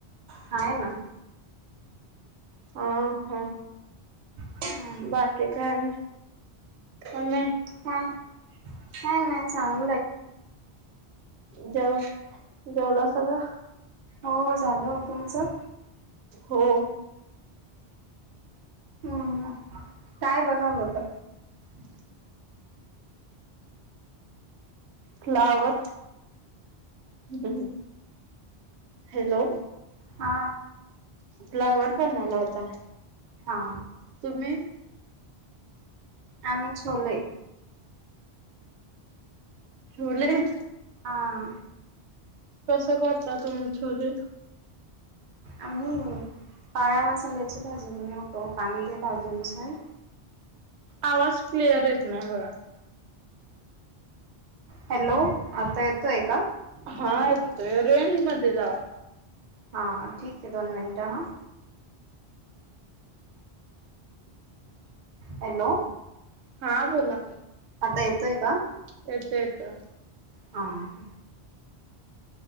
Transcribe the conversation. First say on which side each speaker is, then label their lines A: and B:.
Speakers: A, on the right; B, on the right.
A: आहेय ना
B: हा हा
A: हम्म
B: बाकी काय मम
A: काय काय नाही सांग
B: जाऊ जेवला स का
A: हो झालं तुमचं
B: हो
A: हम्म काय बनवलं होत
B: हम् फ्लावर ह हॅलो
A: हा
B: फ्लावर बनवला होता
A: हा
B: तुम्ही
A: आम्ही ले
B: ोले <unintelligible>
A: हां
B: कसं करता तुम्ही छोले
A: आम्ही काळ मसाल्याची भाजी बणव तो कांदे भाजूनस आहे
B: आवाज क्लिअर येत नाही ग
A: हॅलो आता येतोय का
B: हा य रेंज मध्ये जावा
A: हा ठीक आहे दोन मिनिट हा हॅलो
B: हा बोला
A: आता येतोय का
B: येतो येतोय
A: ह ह